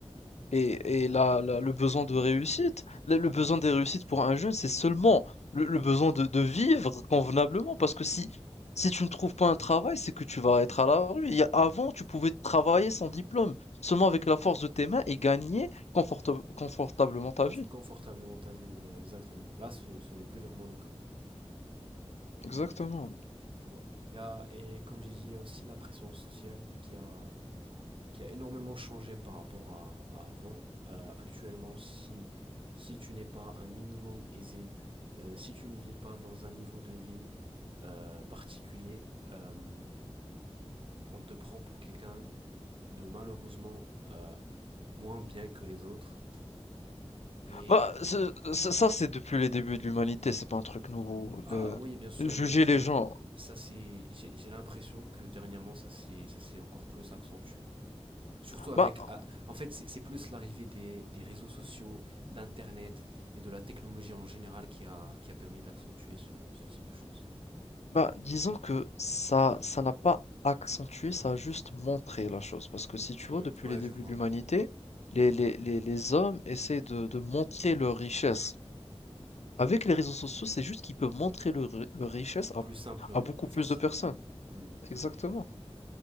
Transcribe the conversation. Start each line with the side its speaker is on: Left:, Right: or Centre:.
Left: Et, et la- la- le besoin de réussite, le, le besoin des réussites pour un jeune, c'est seulement le, le besoin de, de vivre convenablement. Parce que si, si tu ne trouves pas un travail, c'est que tu vas être à la rue. Il y a- avant, tu pouvais travailler sans diplôme, seulement avec la force de tes mains et gagner conforta- confortablement ta vie.
Right: confortablement ta vie, oui, exactement. Là, ce, ce n'est plus vraiment le cas.
Left: Exactement.
Right: Hmm, je vois. Il y a, et comme j'ai dit, il y a aussi la pression sociale qui a, qui a énormément changé par rapport à, à avant. Euh, actuellement, si, si tu n'es pas un minimum aisé, euh, si tu ne vis pas dans un niveau de vie euh, particulier, euh, on te prend pour quelqu'un de malheureusement euh, moins bien que les autres. Et
Left: Bah, ce- ce- ça, c'est depuis les débuts de l'humanité. C'est pas un truc nouveau.
Right: Ah
Left: Le-
Right: oui, bien sûr,
Left: juger
Right: mais,
Left: les
Right: mais
Left: gens.
Right: ça c'est, j'ai j'ai l'impression que dernièrement ça s'est, ça s'est encore plus accentué. Surtout avec,
Left: Bah,
Right: la- en fait, c'est c'est plus l'arrivée des, des réseaux sociaux, d'Internet et de la technologie en général qui a, qui a permis d'accentuer ce, ce type de choses.
Left: Bah, disons que ça ça n'a pas accentué, ça a juste montré la chose. Parce que si tu
Right: Hmm,
Left: vois, depuis
Right: ouais,
Left: les débuts
Right: je vois.
Left: de l'humanité, les, les, les, les hommes essaient de, de montrer leur richesse. Avec les réseaux sociaux, c'est juste qu'ils peuvent montrer leur, ri- leur richesse à,
Right: Plus simplement,
Left: à beaucoup
Right: plus
Left: plus
Right: facilement.
Left: de personnes.
Right: Hmm.
Left: Exactement.